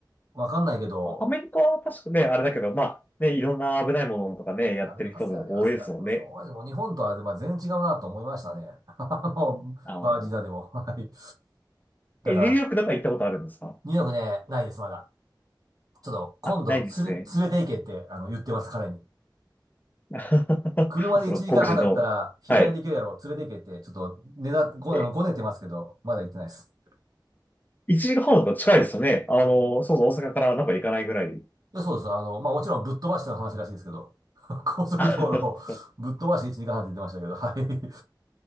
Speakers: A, on the right; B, on the left.
A: わかんないけど、
B: あアメリカは確かね、あれだけど、まあ、ね、いろんな危ないものとかね、やってる人も多いですもんね。
A: ありますよ、ありますよ、ありますよ。おい、もう日本とは、まあ、全然違うなと思いましたね。<laughs> あの、
B: ああ。
A: バージニアでも。はい。だから、
B: え、ニューヨークとか行ったことあるんですか
A: ニューヨークね、ないです、まだ。ちょっと、今度、
B: あ、ないですね。
A: つれ、連れて行けって、あの、言ってます、彼に。
B: <laughs>
A: 車で1時間半だったら、
B: あ、その黒人の。
A: 日帰りできるやろ、
B: はい。
A: 連れて行けって、ちょっと、ねだ、ご、
B: え、
A: あの、ごねてますけど、まだ行ってないです。
B: 1時間半とか近いですよね。あの、そうそう、大阪からなんか行かないぐらい。
A: いや、そうです。あの、まあ、もちろんぶっ飛ばしての話らしいですけど、<laughs> 高速道路をぶっ飛ばして1、
B: <laughs>
A: 時間半って言ってましたけど、はい。